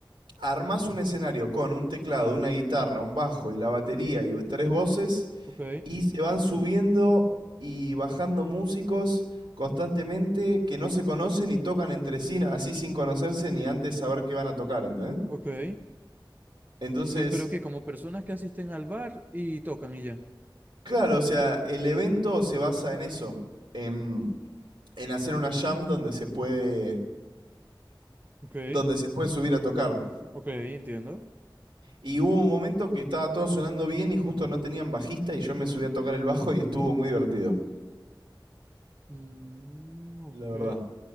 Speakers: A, on the right (about 80°); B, on the right (about 20°).
A: armas un escenario con un teclado, una guitarra, un bajo y la batería y tres voces
B: Ok,
A: y se van subiendo y bajando músicos constantemente que no se conocen y tocan entre sí así sin conocerse ni antes saber qué van a tocar, ¿entendés?
B: ok.
A: Entonces,
B: Pero, pero es que como personas que asisten al bar y tocan y ya.
A: claro, o sea, el evento se basa en eso, en, en hacer una jam donde se puede,
B: Ok,
A: donde se puede subir a tocar.
B: ok, entiendo.
A: Y hubo un momento que estaba todo sonando bien y justo no tenían bajista y yo me subí a tocar el bajo y estuvo muy divertido,
B: Mm, ok.
A: la verdad.